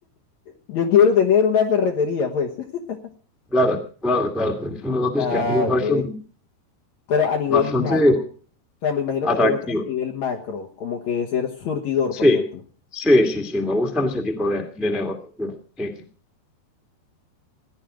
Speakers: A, on the left; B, in the centre.
A: Yo quiero tener una ferretería, pues. <laughs>
B: Claro, claro, claro. Es un negocio
A: Ah,
B: que a mí me parece
A: ok.
B: un-
A: Pero a nivel
B: bastante
A: macro. O sea, me imagino
B: atractivo.
A: que te gusta a nivel macro, como que ser surtidor,
B: Sí,
A: por ejemplo.
B: sí, sí, sí. Me gustan ese tipo de, de negocios. tío. Sí.